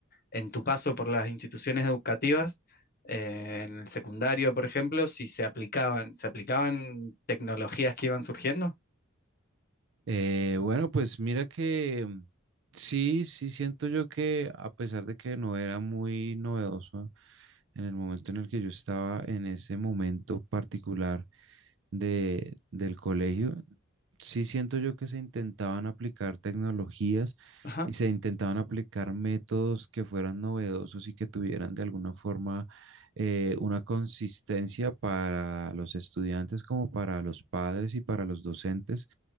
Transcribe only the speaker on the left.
en tu paso por las instituciones educativas eh, en el secundario, por ejemplo, si se aplicaban, se aplicaban tecnologías que iban surgiendo.
Ajá,